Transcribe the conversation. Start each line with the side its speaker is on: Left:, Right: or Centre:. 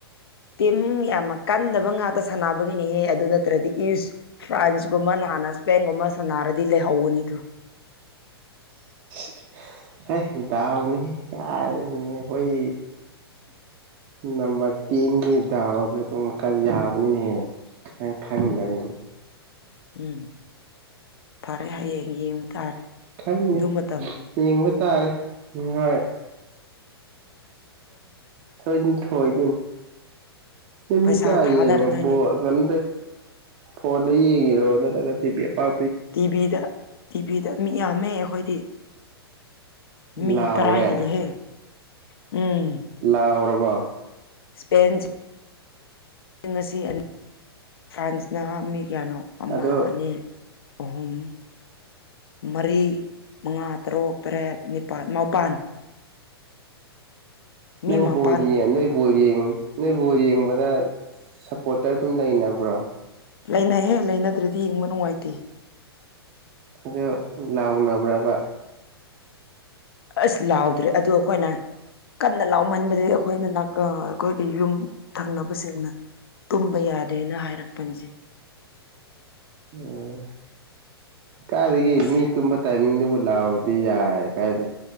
Left: ꯇꯤꯝ ꯌꯥꯝꯅ ꯀꯟꯗꯕ ꯉꯥꯛꯇ ꯁꯥꯟꯅꯕꯒꯤꯅꯤꯍꯦ ꯑꯗꯨ ꯅꯠꯇ꯭ꯔꯗꯤ ꯏꯨꯁ ꯐ꯭ꯔꯥꯟꯁꯀꯨꯝꯕ ꯅꯥꯟꯅ ꯏꯁꯄꯦꯟꯒꯨꯝꯕ ꯁꯥꯟꯅꯔꯗꯤ ꯂꯩꯍꯧꯕꯅꯤꯗ
Right: <inaudible> ꯍꯦ ꯗꯎꯅꯤ ꯀ ꯍꯣꯏ ꯅꯝꯕꯔ ꯇꯦꯟꯒꯤ ꯗꯥꯎꯁꯦ ꯑꯗꯨꯝ ꯈ꯭ꯔꯥ ꯌꯥꯕꯅꯤꯅꯥꯍꯦ ꯅꯣꯏ ꯈꯪꯗꯥꯕꯩꯅꯦ
Left: ꯎꯝ ꯐꯥꯔꯦ ꯍꯌꯦꯡ ꯌꯦꯡꯕꯥ ꯇꯥꯔꯦ
Right: ꯈꯪꯗꯦ
Left: ꯑꯗꯨ ꯃꯇꯝ
Right: ꯌꯦꯡꯕꯥ ꯇꯥꯔꯦ ꯍꯣꯏ ꯁꯣꯏꯗꯥꯅ ꯊꯣꯏꯗꯣꯏꯅꯦ ꯑꯩꯈꯣꯏ
Left: ꯄꯩꯁꯥ
Right: ꯃꯤ ꯀꯌꯥ
Left: ꯊꯥꯗꯔꯗꯣꯏꯅꯦ
Right: ꯌꯦꯡꯉꯦ ꯕꯣꯜ ꯀꯇ ꯐꯣꯟꯗ ꯌꯦꯡꯉꯤꯔꯣ ꯅꯠꯇ꯭ꯔꯒ ꯇꯤꯚꯤ ꯑꯄꯥꯛ
Left: ꯇꯤꯕꯤꯤꯗ ꯇꯤꯚꯤꯗ ꯃꯤ ꯌꯥꯝꯃꯦ ꯑꯩꯈꯣꯏꯗꯤ ꯃꯤ
Right: ꯂꯥꯎꯔꯦ
Left: ꯇꯔꯥ ꯍꯦꯜꯜꯂꯤꯍꯦ ꯎꯝ
Right: ꯂꯥꯎꯔꯕ
Left: ꯁꯄꯦꯦꯟ ꯉꯁꯤ ꯑꯅꯤ ꯐ꯭ꯔꯥꯟꯁꯅ ꯃꯤ ꯀꯌꯥꯅꯣ ꯑꯃ
Right: ꯑꯗꯣ
Left: ꯑꯅꯤ ꯑꯍꯨꯝ ꯃꯔꯤ ꯃꯉꯥ ꯇꯔꯨꯛ ꯇꯔꯦꯠ ꯅꯤꯄꯥꯜ ꯃꯥꯄꯜ ꯃꯤ
Right: ꯅꯪ
Left: ꯃꯄꯥꯟ
Right: ꯕꯣꯜꯒꯤ <unintelligible> ꯕꯣꯜ ꯌꯦꯡ ꯅꯣꯏ ꯕꯣꯜ ꯌꯦꯡꯕꯗ ꯁꯞꯄꯣꯔꯠꯇ ꯑꯗꯨꯝ ꯂꯩꯅꯕ꯭ꯔꯣ
Left: ꯂꯩꯅꯩꯍꯦ ꯂꯩꯅꯗ꯭ꯔꯗꯤ ꯌꯦꯡꯕ ꯅꯨꯡꯉꯥꯏꯇꯦ
Right: ꯑꯗꯣ ꯂꯥꯎꯅꯕ꯭ꯔꯕ
Left: ꯑꯁ ꯂꯥꯎꯗ꯭ꯔꯦ ꯑꯗꯨ ꯑꯩꯈꯣꯏꯅ ꯀꯟꯅ ꯂꯥꯎꯃꯟꯕꯗꯒꯤ ꯑꯩꯈꯣꯏꯅ ꯑꯩꯈꯣꯏꯒꯤ ꯌꯨꯝ ꯊꯪꯅꯕꯁꯤꯡꯅ ꯇꯨꯝꯕ ꯌꯥꯗꯦꯅ ꯍꯥꯏꯔꯛꯄꯅꯤꯁꯦ
Right: ꯎꯝ ꯀꯥꯏꯔꯤꯒꯤ
Left: ꯑꯁ
Right: ꯃꯤ ꯇꯨꯝꯕ ꯇꯥꯏꯃꯤꯡꯗꯨꯕꯨ ꯂꯥꯛꯑꯣꯗꯤ ꯌꯥꯏ ꯀꯥꯏꯅ